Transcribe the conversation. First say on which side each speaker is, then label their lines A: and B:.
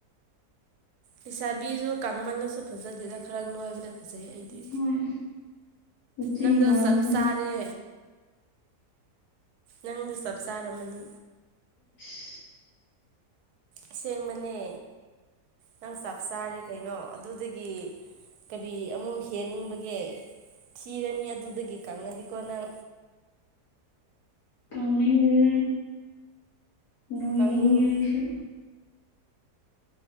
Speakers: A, on the right; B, on the left.
A: ꯂꯩꯁꯥꯕꯤꯁꯨ ꯀꯥꯡꯃꯜꯂꯁꯨ ꯐꯖꯗꯦꯅ ꯈꯔ ꯅꯣꯏꯕꯗ ꯐꯖꯩ ꯑꯩꯗꯤ
B: ꯍꯣꯏ ꯎꯆꯤ
A: ꯅꯪꯗꯣ
B: ꯃꯥꯟꯕꯅꯦ
A: ꯆꯞ ꯆꯥꯔꯦ ꯅꯪꯗꯨ ꯆꯞ ꯆꯥꯔꯝꯃꯅꯤ
B: ꯏꯁ
A: ꯑꯁꯦꯡꯕꯅꯦ ꯅꯪ ꯆꯞ ꯆꯥꯔꯦ ꯀꯩꯅꯣ ꯑꯗꯨꯗꯒꯤ ꯀꯔꯤ ꯑꯃꯨꯛ ꯍꯦꯟꯅꯤꯡꯕꯒꯦ ꯊꯤꯔꯅꯤ ꯑꯗꯨꯗꯒꯤ ꯀꯪꯉꯗꯤꯀꯣ ꯅꯪ
B: ꯀꯪꯅꯤꯡꯔꯦ ꯅꯣꯏꯅꯤꯡꯉꯦ
A: ꯀꯪꯅꯤꯡ
B: ꯑꯩꯁꯨ